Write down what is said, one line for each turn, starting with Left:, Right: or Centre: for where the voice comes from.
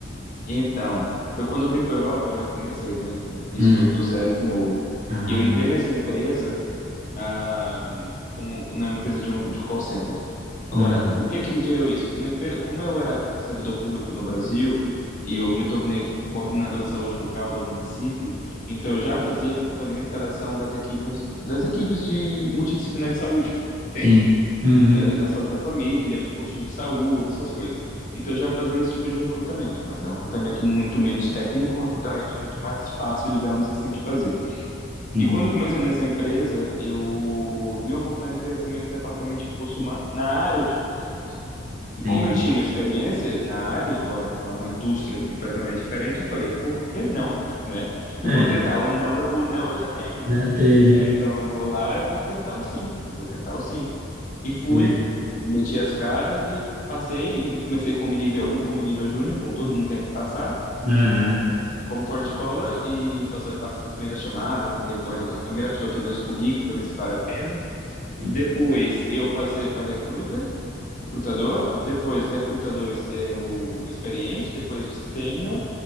Left: Então, foi quando eu vim para Europa, eu recomecei, né? Eu fiz
Right: Uhum.
Left: tudo do zero de novo.
Right: Ah,
Left: E eu entrei nessa empresa, ah, como na empresa de um de call center. Agora,
Right: uhum.
Left: o que que gerou isso? Na empresa, como eu era servidor público no Brasil e eu me tornei coordenador de saúde bucal do município, então eu já fazia recrutamento e seleção das equipes das equipes de multidisciplinar de saúde, entende?
Right: Sim. Uhum.
Left: e da, da saúde da família, dos postinhos de saúde, essas coisas. Então eu já fazia esse tipo de recrutamento, mas é um recrutamento muito menos técnico, um recrutamento muito mais fácil, digamos assim, de fazer.
Right: Sim.
Left: E quando eu comecei nessa empresa, eu vi uma oportunidade de crescimento do departamento de recursos humanos na área de recrutamento. E
Right: Entendi.
Left: como eu tinha uma experiência na área, embora para uma indústria completamente diferente, eu falei, por que não, <laughs> né?
Right: É.
Left: Eu vou tentar, ou não, eu- ou não eu já tenho.
Right: Já tem,
Left: Eu
Right: né?
Left: falei, então eu vou lá, eu vou tentar o sim, eu vou tentar o sim. E fui,
Right: Que Legal.
Left: meti as caras e passei. e Comecei como nível um como nível júnior, como todo mundo tem que passar,
Right: Aham.
Left: como Forte Collar e faço, faço as primeiras chamadas. re- Olha, a primeira pessoa que vê os currículos para ver se vale a pena.
Right: Sim.
Left: Depois eu passei para recruiter, recrutador. Depois, recrutador é o experiente. Depois, o sênior.